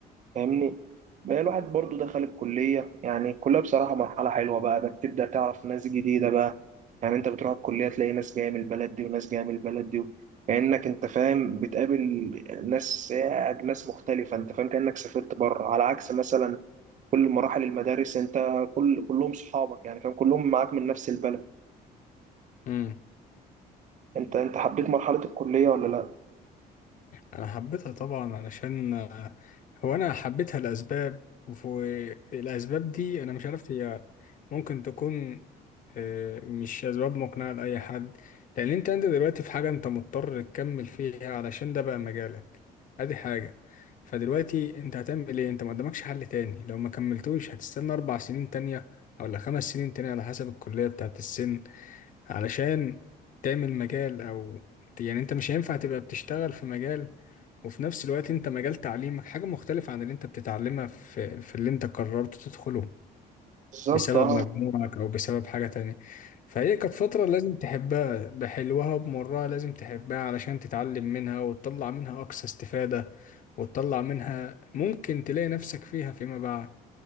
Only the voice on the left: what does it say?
مم.
انا حبيتها طبعا علشان آه، هو انا حبيتها لاسباب والاسباب دي انا مش عارف هي ممكن تكون آه، مش اسباب مقنعه لاي حد لان انت انت دلوقتي في حاجه انت مضطر تكمل فيها علشان ده بقى مجالك ادي حاجه فدلوقتي انت هتعمل ايه انت ما قدامكش حل تاني لو ما كملتوش هتستنى اربع سنين تانية ولا خمس سنين تانية على حسب الكليه بتاعت السن علشان تعمل مجال او يعني انت مش هينفع تبقى بتشتغل في مجال وفي نفس الوقت انت مجال تعليمك حاجة مختلفة عن اللي انت بتتعلمها في, في اللي انت قررت تدخله
بسبب
مجموعك او بسبب حاجة تانية فهي كانت فترة لازم تحبها بحلوها بمرها لازم تحبها علشان تتعلم منها وتطلع منها اقصى استفادة وتطلع منها ممكن تلاقي نفسك فيها فيما بعد